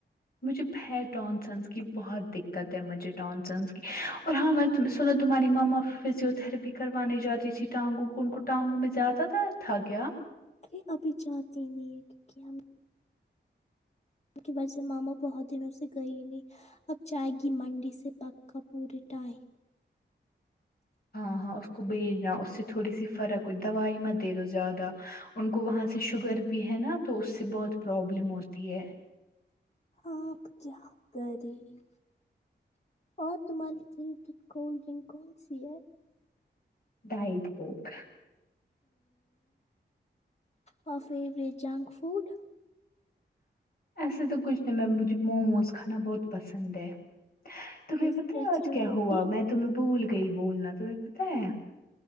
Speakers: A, on the left; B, on the left.
A: مجھے ب ٹونسنس کی بہت دقت ہے مجھے ٹونسنس کی اور ہاں تم سنو تمہاری ماما فزیوتراپی کروانے جاتی تھی ٹانگوں کو ان کو ٹانگوں میں زیادہ درد تھا کیا
B: ے ابھی جاتے ہی نہیں ہے کیونکہ ہم کی سے ماما بہت دنوں سے گئی نہیں اب جائے گی منڈے سے پکا پورے ٹائم
A: ہاں ہاں اس کو بیچنا اس سے تھوڑی سی فرق ہوئی دوائی مت دے رہو زیادہ ان کو وہاں سے شوگر بھی ہے نا تو اس سے بہت پرابلم ہوتی ہے
B: آپ کیا کریں اور تمہاریے خری کی کولڈ ڈرنک کون سی ہے
A: ڈائٹ بک
B: ہمم فورٹ جنک فوڈ
A: ایسے تو کچھ نہیں میں مجھے موموز کھانا بہت پسند ہے تمہیں
B: اس
A: پتہ
B: ریسٹورینٹ
A: ہے آج کیا ہوا
B: کی
A: میں تمہیں بھول گئی بولنا تمہیں پتہ ہے